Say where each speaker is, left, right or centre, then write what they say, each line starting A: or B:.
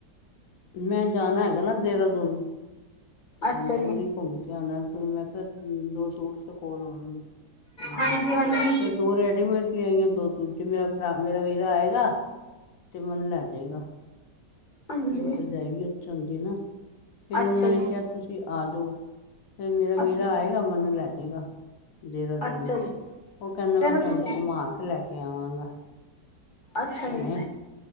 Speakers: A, on the left; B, on the left.
A: ਮੈਂ ਜਾਣਾ ਹੈਗਾ ਨਾ ਦੇਹਰਾਦੂਨ,
B: ਅੱਛਾ
A: ਮਨਸੂੂਰੀ
B: ਜੀ,
A: ਘੁੰਮ ਕੇ ਆਨਾ ਹੇ। ਫਿਰ ਮੈਂ ਕਿਹਾ, ਦੋ ਸੂਟ ਦੇ ਕੋਲ ਹੋਣ ਨਵੇ।
B: ਹਾਂਜੀ ਹਾਂਜੀ
A: ਫੇਰ ਦੋ ਰੈਡੀਮੇਡ ਲੇ ਆਈਆਂ ਦੋ ਦੂਜੇ ਮੇਰਾ ਭਰਾ ਮੇਰਾ ਵੀਰਾ ਆਏਗਾ, ਤੇ ਮੈਨੁ ਲੈ ਜਾਏਗਾ।
B: ਹਾਂਜੀ,
A: ਮੇਰੀ ਭਰਜਾਈ ਵੀ ਉੱਥੇ ਆਉਂਦੀ ਹੇ ਨਾ, ਫੇਰ
B: ਅੱਛਾ
A: ਉਹਨਾਂ ਨੇ
B: ਜੀ,
A: ਕਿਹਾ ਤੁਸੀਂ ਆ ਜਾਓ। ਫੇਰ ਮੇਰਾ
B: ਅੱਛਾ
A: ਵੀਰਾ
B: ਜੀ,
A: ਆਏਗਾ ਮੈਨੂੰ ਲੈ ਜੇਗਾ। ਦੇਹਰਾਦੂਨ
B: ਅੱਛਾ ਜੀ।
A: ਓ ਕਹਿੰਦਾ
B: ਦੇਹਰਾਦੂਨ,
A: ਮੈਂ ਤੁਹਾਨੂੰ ਘੁਮਾ ਕੇ ਲੈ ਕੇ ਆਵਾਂਗਾ।
B: ਅੱਛਾ
A: ਭੈਣੇ
B: ਜੀ।